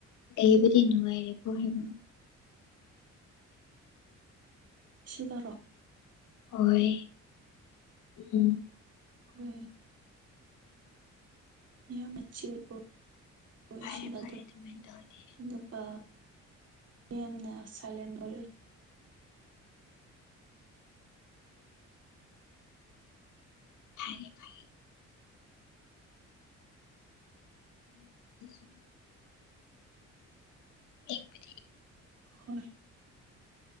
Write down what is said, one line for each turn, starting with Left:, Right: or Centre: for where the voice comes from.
Left: ꯑꯩꯕꯨꯗꯤ ꯅꯉꯥꯏꯔꯦ ꯄ ꯍꯥꯏꯕ
Right: ꯁꯤꯗꯔꯣ
Left: ꯍꯣꯏ ꯎꯝ
Right: ꯍꯝ ꯌꯥꯝ ꯃꯆꯤꯜ ꯑꯣꯏ ꯑꯣꯏ
Left: ꯐꯔꯦ
Right: ꯁꯤꯗꯗꯣ
Left: ꯐꯔꯦ ꯑꯗꯨꯃꯥꯏꯅ ꯇꯧꯔꯗꯤ
Right: ꯑꯗꯨꯒ ꯃꯤꯌꯥꯝꯅ ꯆꯥꯏꯂꯦꯟ ꯑꯣꯏ
Left: ꯍꯥꯏꯔꯦ ꯐ <unintelligible> ꯍ ꯐ
Right: ꯍꯣꯏ